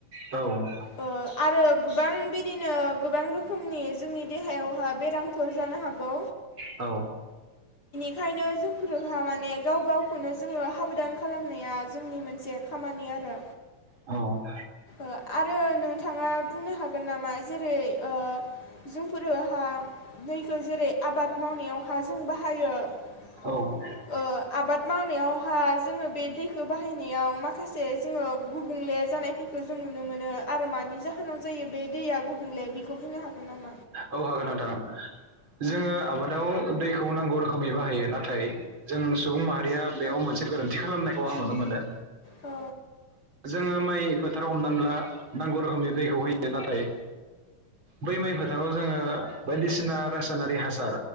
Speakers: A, on the right; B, on the left.
A: औ
B: ओ आरो गोबां बिदिनो गोबां रोखोमनि जोंनि देहायावहाय बेरामफोर जानो हागौ
A: औ
B: ओंखायनो जोंफोरहा माने गाव गावखौनो जोङो हाबदान खालामनाया जोंनि मोनसे खामानि आरो
A: औ <unintelligible>
B: ओ आरो नोंथाङा बुंनो हागोन नामा जेरै ओ जोंफोरोहा दैखौ जेरै आबाद मावनायाव हाज जों बा हायो ओ
A: औ
B: आबाद ल थु छमावनायावहा जोङो बे दैखो बाहायनायाव माखासे जोङो गुबुंले जानायफोरखो जों नुनो मोनो आरो मानि जाहोनाव जायो बे दैया गुबुंले बेखो बुंनो हागोन नामा
A: औ हागोन नोंथां जोङो आबादाव दैखौ नांगौ रोखोमनि बाहायो नाथाय जों सुबुं माहारिया बेयाव मोनसे गोरोन्थि खालामनायखौ आं नुनो मोनो
B: औ
A: जोङो माइ फोथाराव हमनानै ला नांगौ रोखोमनि दैखौ होयो नाथाय बै माइ फोथ थाराव जोङो बायदिसिना रासायनारि हासार